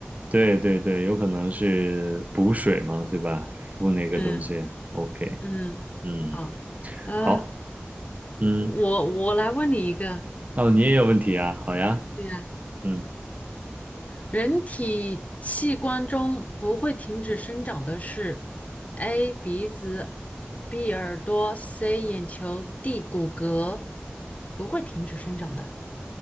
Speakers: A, on the right; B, on the left.
A: 对对对，有可能是补水嘛，对吧？敷那个东西。
B: <laughs> 嗯
A: OK，
B: 嗯，
A: 嗯，
B: 好，呃，
A: 好，嗯，
B: 我我来问你一个，
A: 哦，你也有问题啊？好呀，
B: 对呀，
A: 嗯
B: 人体器官中不会停止生长的是 A 鼻子，B 耳朵，C 眼球，D 骨骼，不会停止生长的，